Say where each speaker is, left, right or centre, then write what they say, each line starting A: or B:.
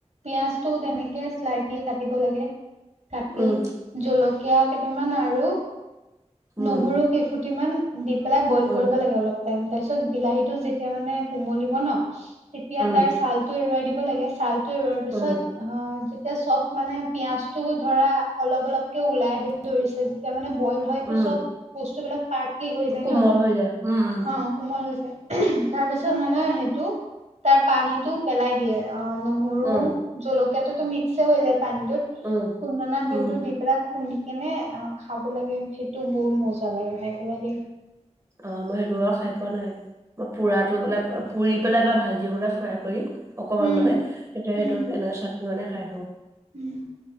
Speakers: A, on the right; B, on the right.
A: পিয়াজটো তেনেকে শ্লাইটলি কাটিব লাগে কাটি
B: উম,
A: জলকীয়া কেইটামান আৰু
B: উম,
A: নহৰু কেইফুটি মান, দি পেলাই বইল
B: উম,
A: কৰিব লাগে অলপ টাইম তাৰপিছত বিলাহীটো যেতিয়া মানে কোমলিব ন' তেতিয়া
B: উম,
A: তাৰ ছাল টো এৰুৱাই দিব লাগে ছাল টো এৱাৰ পিছত
B: উম,
A: অ' এতিয়া চব মানে পিয়াজ টোও ধৰা অলপ অলপকে ওলাই আহিব ধৰিছে যেতিয়া মানে বই।
B: উম,
A: চব বস্তুবলাক পাৰ্টলি হৈ যায়
B: কোমল
A: ন
B: হৈ যায়। উম, উম,
A: অ কোমল হৈ যায়। তাৰ পিছত মানে সেইটো তাৰ পানীতটো পেলাই দিয়ে। অ', নহৰু
B: উম,
A: জলকীয়াাতটোতো মিক্সে হৈ যায়। পানীতত
B: উম,
A: খুন্দনা ঢেটো
B: উম,
A: দি পেলাই খুন্দি কেনে অ' খাব লাগে ভ তো বহুত মজা লাগে খাই পেলাই দেই,
B: অ', মই দুৰ খাই পোৱা নাই। পোৰাটো ব পুৰি পেলাই বা ভাজি পেলাই ফ্ৰাই কৰি, অকমান
A: উম,
B: মানে তেতিয়া
A: উম,
B: সেইটোক এনেকে চাট বনাই খাইছোঁ।
A: উম,